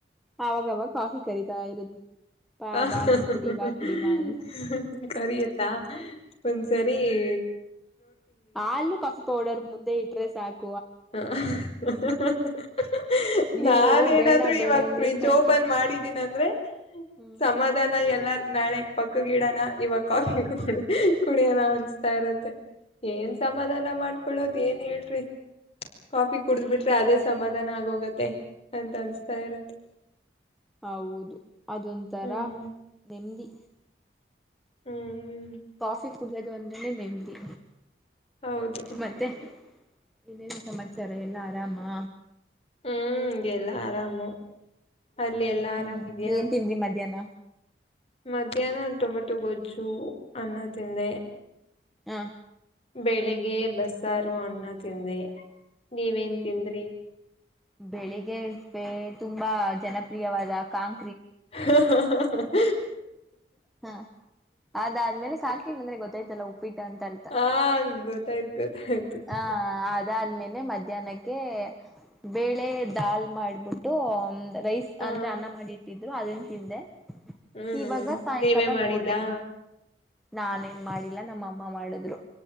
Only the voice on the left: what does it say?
ಹ್ಮ
ಹ್ಮ
ಹ್ಮ
ಹ್ಮ ಕರಿಯತ್ತ
ಒಂದ್ ಸರಿ. ಹೇ
ಹ್ಮ ಹ್ಮ ಹ್ಮ ಹ್ಮ ಹ್ಮ ಹ್ಮ
ನಾನ ಏನಾದ್ರು
ಇವಾಗ
ಫ್ರಿಜ್
ಓಪನ್ ಮಾಡಿದೀನ ಅಂದ್ರೆ
ಸಮಾಧಾನ ಎಲ್ಲಾ ನಾಳೆ. ಪಕ್ಕ ಗಿಡನ ಇವ ಕಾಫಿ ಕು ಹ್ಮ ಕುಡಿಯಣ ಅನ್ನುಸ್ತಾ ಇರತ್ತೆ ಏನ್ ಸಮಾಧಾನ ಮಾಡ್ಕೊಳ್ಳೋದ ಏನ್ ಹೇಳೇರಿ. ಕಾಫಿ ಕುಡಿದು ಬಿಟ್ಟರೆ ಅದೇ ಸಮಾಧಾನ ಆಗೋಗುತ್ತೆ ಅಂತ ಅನ್ನಿಸ್ತಾ ಇರುತ್ತೆ.
ಹ್ಮ್
ಹ್ಮ್ ಹ್ಮ್
ಹೌದು
ಹ್ಮ್ ಎಲ್ಲ ಆರಾಮು. ಅಲ್ಲಿ ಎಲ್ಲಾ
ಆರಾಮಿದ್ಯಾ
ಮಧ್ಯಾಹ್ನ ಟೊಮೆಟೊ ಗೊಜ್ಜು ಅನ್ನ ತಿಂದೆ.
ಬೆಳಿಗ್ಗೆ ಬಸ್ಸಾರು ಅನ್ನ ತಿಂದೆ. ನೀವೇನ್ ತಿಂದ್ರಿ.
ಹ ಹ ಹ ಹಾ.
ಆ ಗೊತ್ತಾಯ್ತು ಗೊತ್ತಾಯ್ತು
ಹ
ಹ್ಮ್.
ನೀವೇ ಮಾಡಿದ್ದಾ